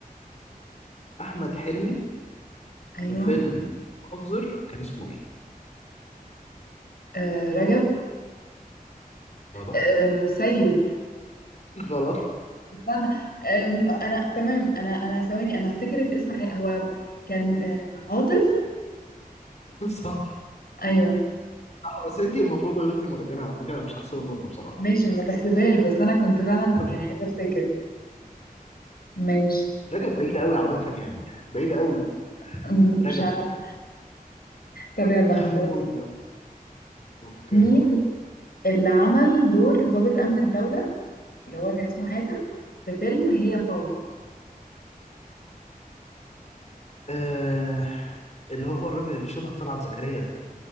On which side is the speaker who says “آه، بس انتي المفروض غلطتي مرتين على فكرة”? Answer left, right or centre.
Left